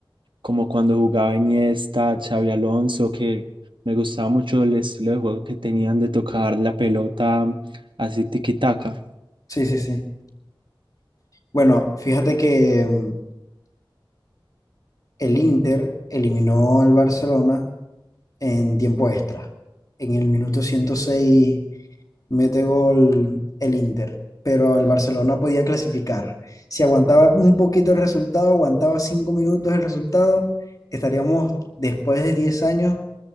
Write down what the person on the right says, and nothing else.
como cuando jugaba Iniesta, Xavi Alonso, que me gustaba mucho el estilo de juego que tenían de tocar la pelota mm, así tiki-taka.